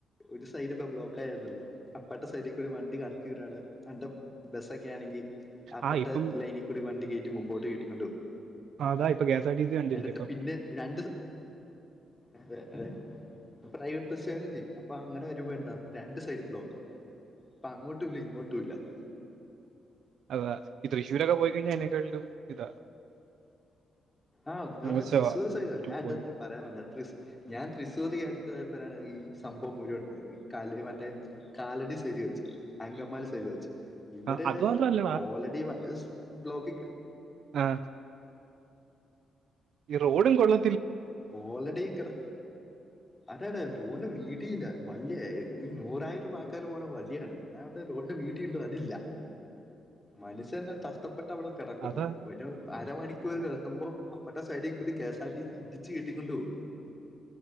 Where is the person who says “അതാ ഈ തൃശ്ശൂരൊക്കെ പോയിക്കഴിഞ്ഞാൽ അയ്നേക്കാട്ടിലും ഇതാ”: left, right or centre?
Right